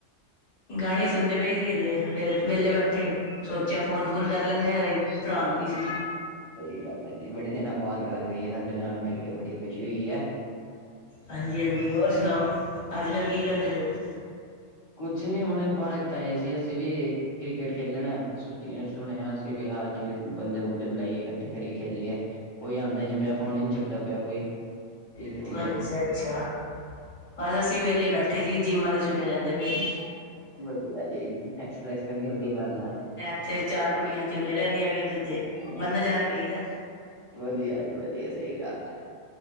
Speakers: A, on the left; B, on the left.
A: ਗਾਣੇ ਸੁਣਦੇ ਪਏ ਸੀ ਹਲੇ, ਫੇਰ ਵੇਲੇ ਬੈਠੇ ਸੋਚੇਆ ਫੋਨ
B: ਹਾਂ
A: -ਫੂਨ ਕਰ ਲੇਨੇ ਓਏ। ਭਰਾ ਨੂੰ ਕੀ ਸੀ?
B: ਸਈ ਗੱਲ ਏ ਜੀ, ਬੜੇ ਦਿਨਾਂ ਬਾਅਦ ਗੱਲ ਹੋਈ ਏ ਸਾਡੇ ਨਾਲ ਬਿਲਠ ਕੇ ਬੜੀ ਖੁਸ਼ੀ ਹੋਈ ਆ।
A: ਹਾਂਜੀ -ਹਾਂਜੀ ਹੋਰ ਸੁਣਾਓ, ਅੱਜ ਕੱਲ੍ਹ ਕੀ ਕਰਦੇ ਪਏ ਓ?
B: ਕੁਛ ਨੀ ਹੁਣੇ ਪਾਰਕ ਚ ਆਏ ਸੀ ਅਸੀਂ ਵੀ ਹਜੇ ਕ੍ਰਿਕਟ ਖੇਲਣ। ਸੁਤੀ ਸੁਣਿਆ ਅਸੀਂ ਵੀ ਹਾਰ ਗਏ ਬੰਦੇ ਬੁੰਦੇ ਬੁਲਾਈਏ ਇਕੱਠੇ ਕਰਏ ਖੇਲੀਏ। ਕੋਈ ਆਂਦਾ ਨੀ ਪਿਆ ਫੋਨ ਹੀ ਨ ਚੱਕਦਾ ਪਿਆ ਕੋਈ ਕੀ ਕਰੀਏ?
A: ਹੋ ਅੱਛਾ ਅੱਛਾ ਬਸ ਅਸੀਂ ਵਿਹਲੇ ਬੈਠੇ ਜਿੰਮ ਵਾਲੇ ਚੁੱਲੇ ਲੈਂਦੇ ਪਏ ਸੀ।
B: ਵਧੀਆ ਜੀ ਐਕਸਰਸਾਈਜ਼ ਕਰਨੀ ਵਧੀਆ ਗੱਲ ਆ।
A: ਉੱਥੇ ਚਾਰ ਕੁੜੀਆਂ ਚੁੇਲੇ ਲੈਂਦੀਆਂ ਹੋਈਆਂ ਦੂਜੇ ਬੰਨਜਾਰੇ ਲਈ ਦਾ।
B: ਵਧੀਆ ਜੀ ਵਧੀਆ, ਸਹੀ ਗੱਲ ਹੈ।